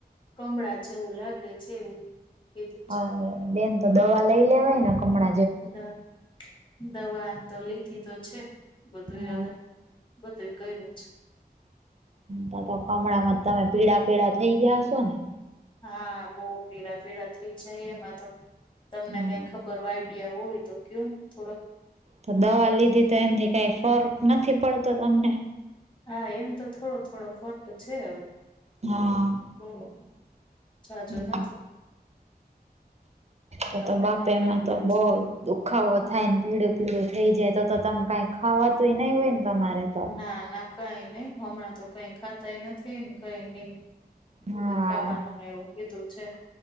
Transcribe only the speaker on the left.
કમળા જેવું લાગે છે એવું. કીધું
દવા દવા તો લીધી તો છે બધું
હવે. બધું એ કર્યું છે.
હા બહુ પીડા પીડા થઈ જાય એમાં તો તમને
કઈ ખબર ભરવા આઈડિયા હોય તો કે થોડક
હા એમ તો થોડો થોડો ફર્ક છે હવે.
<unintelligible> જાજો
નથી
તમને
કઈ આઈડિયા
ના ના કઈ નઈ હમણાં તો કઈ ખાતાય નથી કઈ નઈ. <unintelligible>
ખાવાનું ને એવું કીધું છે.